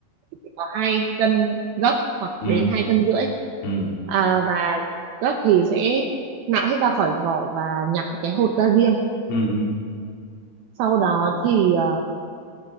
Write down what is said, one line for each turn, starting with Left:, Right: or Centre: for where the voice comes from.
Right: thì có hai cân gấc hoặc
Left: ừ
Right: đến hai cân rưỡi
Left: ừ
Right: à, và gấc thì sẽ nạo hết ra khỏi vỏ và nhặt cái hột ra riêng
Left: ừ ừ.
Right: sau đó thì ờ,